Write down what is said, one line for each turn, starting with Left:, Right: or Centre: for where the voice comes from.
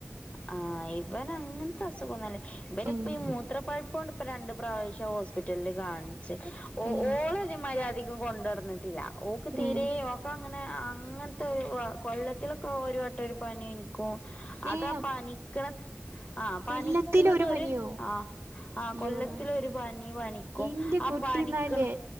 Left: ആഹ് ഇവന ങ്ങനത്തെ അസുഖോന്നില്ല ഇവനി
Right: ഏഹ്
Left: ഇപ്പ ഈ മൂത്ര പ്പഴുപ്പോണ്ട് ഇപ്പ രണ്ട ഇപ്രാവശ്യം ഹോസ്പിറ്റലില് കാണി ച്ച്, ഓളെ
Right: ഏഹ്
Left: ഇതേ മാതിരി അധികം കൊണ്ടുനടന്നിട്ടില്ല, ഓക്ക് തീരെ
Right: ഏഹ്
Left: ഓക്കങ്ങനെ അങ്ങനത്തെ ഒരു കൊല്ലത്തിലൊക്കെ ഒരു വട്ടം ഒരു പനി ഇനിക്കും, അതപ്പ
Right: ഏഹ്
Left: പനിക്കണ് ആഹ പനിക്കണതൊര്
Right: കൊല്ലത്തിലൊരു പനിയോ?
Left: ആ ആ് കൊല്ലത്തിലൊ
Right: യ്യോ
Left: രു പനി പനിക്കും
Right: ഇന്റെ
Left: ആ
Right: കുട്ടിന്നാലേ
Left: പനിക്കണം